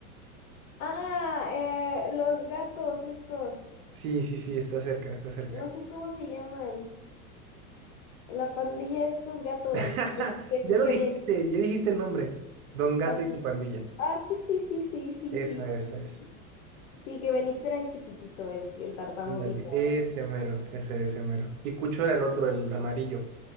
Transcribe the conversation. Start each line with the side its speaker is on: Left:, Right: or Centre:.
Left: Ah, eh, los gatos estos.
Right: Sí, sí, sí, está cerca, está cerca.
Left: No sé cómo se llaman. La pandilla, estos gatos
Right: <laughs>
Left: que,
Right: Ya lo
Left: que
Right: dijiste,
Left: Benito,
Right: ya dijiste el nombre. Don Gato
Left: pandilla.
Right: y su pandilla.
Left: Ah, sí, sí, sí, sí, sí,
Right: Esa,
Left: sí.
Right: esa,
Left: Sí,
Right: esa.
Left: Sí, que Benito era el chiquitito, el, el tartamudito.
Right: Ándale, ese mero, ese, ese mero. Y Cucho era el otro, el amarillo.